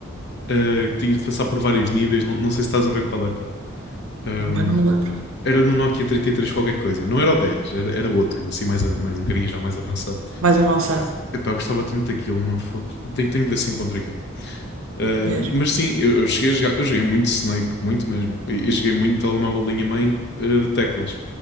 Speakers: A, on the left; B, on the right.
A: eh, tinhas de passar por vários níveis. Não, não sei se estás a ver qual é, pá. Ahm,
B: Pá, não me lembro.
A: era no Nokia 33 qualquer coisa. Não era o 10. era, era outro, assim, mais, a- mais um bocadinho já mais avançado.
B: Mais avançado
A: Epá, eu gostava tanto daquilo, meu fogo. Tenho, tenho de ver se encontro aquilo. Uh,
B: mesmo.
A: mas sim, eu, eu cheguei a jogar, eu joguei muito Snake, muito mesmo. E, e joguei muito telemóvel de linha mãe, uh, de teclas.